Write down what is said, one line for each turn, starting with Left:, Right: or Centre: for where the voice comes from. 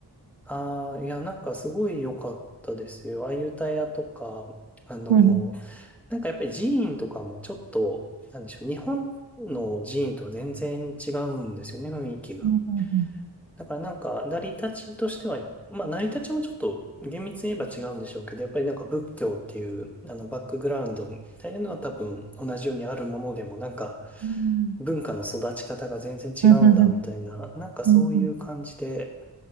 Centre: ああ、いや、なんかすごい良かったですよ。ああいう歌屋とか、あの、
Right: うんうん
Centre: なんかやっぱり寺院とかもちょっと、なんでしょう、日本の寺院とは全然違うんですよね、雰囲気が。
Right: うん
Centre: だからなんか、成り立ちとしては、まあ、成り立ちもちょっと厳密に言えば違うんでしょうけど、やっぱりなんか仏教っていう、あの、バックグラウンドみたいなのは多分同じようにあるものでも、なんか、
Right: うん
Centre: 文化の育ち方が全然違うんだみたいな、
Right: うんうんうん
Centre: なんかそういう感じで、
Right: う